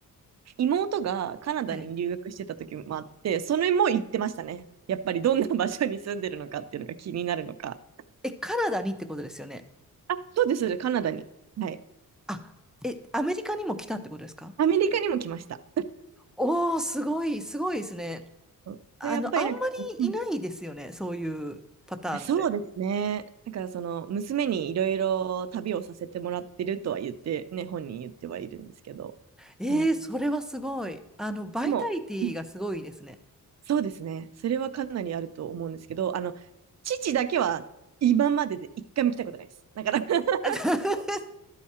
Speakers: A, on the right; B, in the centre.
A: 妹がカナダに留学してた時もあって、
B: あ、はい。
A: それも行ってましたね。やっぱりどんな場所に住んでるのかっていうのが気になるのか。
B: え、カナダにってことですよね。
A: あ、そうです、カナダに。はい。
B: あ、え、アメリカにも来たってことですか
A: アメリカにも来ました。
B: おー、すごい、すごいですね。
A: そうで、
B: あの、
A: やっぱりなんか、
B: あんまりいないですよね、
A: うん
B: そういうパターンって。
A: そうですね。だからその娘にいろいろ旅をさせてもらってるとは言ってね、本人言ってはいるんですけど。
B: ええそれはすごい。
A: はい。
B: あの、バイタリティがすごいですね。
A: でも、うんそうですね。それはかなりあると思うんですけど、あの、父だけは今までで一回も来たことないです。だから <laughs>
B: <laughs>